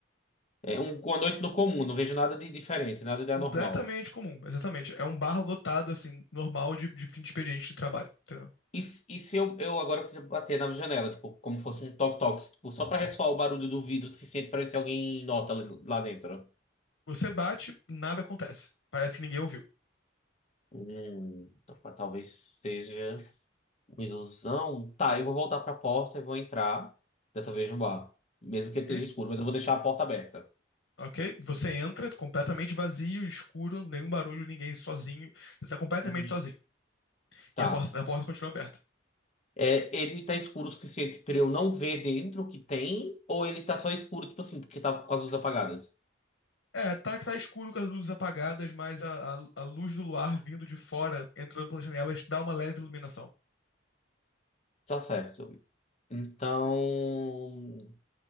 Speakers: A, on the left (about 40°); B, on the left (about 80°).
A: É um, uma noite no comum, não vejo nada de diferente, nada de anormal.
B: Completamente comum, exatamente. É um bar lotado, assim, normal de, de fim de expediente de trabalho, entendeu?
A: E, se- e se eu, eu agora queria bater na janela, tipo, como fosse um toque-toque, tipo, só pra ressoar o barulho do vidro o suficiente pra ver se alguém nota ali- lá dentro?
B: Você bate, nada acontece. Parece que ninguém ouviu.
A: Hum, opa, talvez seja uma ilusão. Tá, eu vou voltar pra porta e vou entrar, dessa vez no bar, mesmo que ele
B: E-
A: esteja escuro, mas eu vou deixar a porta aberta.
B: ok? Você entra completamente vazio, escuro, nenhum barulho, ninguém sozinho. Você está completamente
A: Uhum.
B: sozinho.
A: Tá.
B: E a porta, a porta continua aberta.
A: É, ele tá escuro o suficiente pra eu não ver dentro o que tem, ou ele tá só escuro, tipo assim, porque tá com as luzes apagadas?
B: É, tá, tá escuro com as luzes apagadas, mas a, a, a luz do luar vindo de fora, entrando pelas janelas, dá uma leve iluminação,
A: Tá certo. Então.